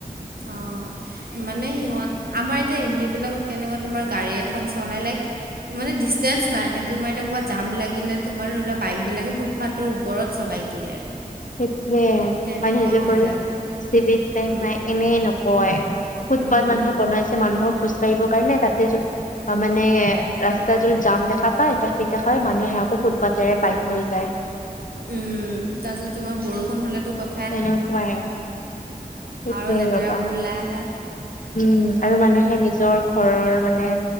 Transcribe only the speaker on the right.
অহ। মানে সিহঁত আমাৰ এতিয়া ইন্দিয়া বিলাকত কেনেকা তোমাৰ গাড়ী এখন চলালে মানে ডিচেঞ্চ নাৰাখে তোমাৰ এতিয়া ক'ৰবাত জাম লাগিলে তোমাৰ ধৰি লোৱা বাইক বিলাকে ফুটপাৰ ও পৰত চলাই দিয়ে।
তেনেকুৱা
হৈ
যায়।
উম,
উম,
উম তাৰপিছত তোমাৰ বৰষুণ হলেতো ক
আৰু লেতেৰাবোৰ
ওলাই আহে,